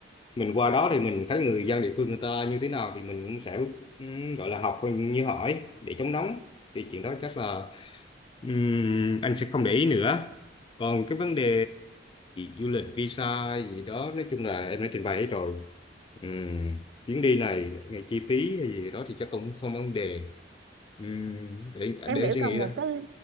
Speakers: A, on the left (about 30°); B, on the right (about 75°).
A: mình qua đó thì mình thấy người dân địa phương người ta như thế nào thì mình cũng sẽ ừm, gọi là học như hỏi để chống nóng thì chuyện đó chắc là ừm, anh sẽ không để ý nữa còn cái vấn đề du lịch visa gì đó nói chung là em đã trình bày hết rồi Ừm, chuyến đi này ngày chi phí hay gì đó thì chắc cũng không vấn đề Ừm, để
B: em
A: để
B: nghĩ
A: anh suy
B: cần
A: nghĩ đó
B: một cái